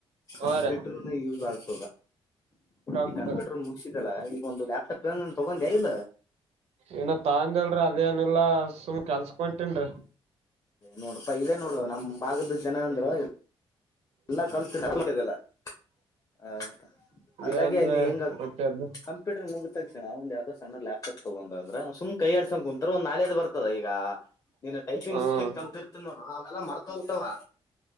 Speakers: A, on the right (about 75°); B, on the left (about 35°).
A: ಹಾ
B: ಕಂಪ್ಯೂಟರ್
A: ರೀ
B: ನು ಯೂಸ್ ಆಗ್ ದಾ
A: ಕಂತ್
B: ಈ ಕಂಪ್ಯೂಟರ್ ಮುಗಸಿದಲ್ಲಾ ಈಗ ಒಂದು ಲ್ಯಾಪ್ಟಾಪ್ ಏನನ್ ತಗೊಂಡ್ಯಾ ಇಲ್ಲ
A: ಏನ ತಾ ಅಂದ್ನೆಲ್ರಿ ಅದೇನಿಲ್ಲಾ ಸುಮ್ ಕೆಲ್ಸಕ್ ಹೊಂಟೇನ್ರಿ
B: ನೋಡಪ್ಪಾ ಇದೇ ನೋಡುವ ನಮ್ಮ್ ಭಾಗದ ಜನ ಅಂದ್ರ ಎ ಎಲ್ಲ ಕಲ್ತಿಲ್ಲ <unintelligible> ಹಾ ಮತ್ತ ಹಂಗಾಗಿ
A: ಏನ್ರೀ
B: ಅಲ್ಲಿ ಹೆಂಗ ಆಗ್ತ
A: ಮತ್ತೆ ಅದ
B: ಕಂಪ್ಯೂಟರ್ ಮುಗಿದ ತಕ್ಷಣ ಅವ ಯಾವ್ದೋ ಸಣ್ಣ ಲ್ಯಾಪ್ ಕತಗೊಂಡ ಅಂದ್ರ ಸುಮ್ ಕೈ ಆಡ್ಸಂದ್ ಕುಂ ತ್ರ ಒಂದ ನಾಲೇಜ್ ಬರ್ತದ ಈಗ ನೀನ್ ಟೈಪಿಂಗ್
A: ಹ್ಮ
B: ಸ್ಕಿಲ್ ಕಲ್ತಿರ್ತಿದಿ ನೋಡು ಅವೆಲ್ಲ ಮರ ತೋಗ್ತವಾ.